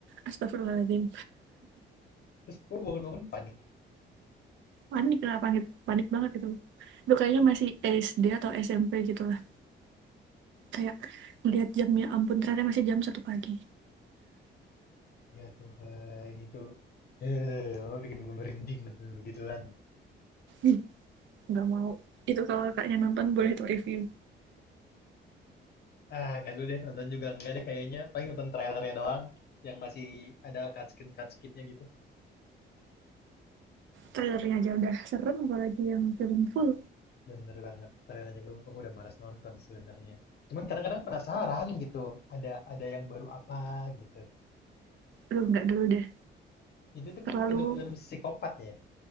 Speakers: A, on the right; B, on the left.
A: astagfirullahaladzim
B: Terus kamu bangun-bangun panik.
A: panik lah panik panik banget gitu itu kayaknya masih SD atau SMP gitu lah kayak melihat jamnya ampun ternyata masih jam satu pagi
B: Ya Tuhan, itu eh kamu bikin gue merinding nonton begituan.
A: Ih, nggak mau itu kalau kakaknya nonton boleh tuh review
B: Ah, nggak dulu deh, nonton juga nggak deh kayaknya. Paling nonton trailernya doang, yang masih ada cutscene-cutscene-nya gitu.
A: trailernya aja udah serem apalagi yang film full
B: Bener banget, trailernya gue, aku udah malas nonton sebenarnya. Cuman kadang-kadang penasaran gitu, ada ada yang baru apa gitu.
A: aduh nggak dulu deh
B: Itu tuh
A: terlalu
B: kan film-film psikopat ya.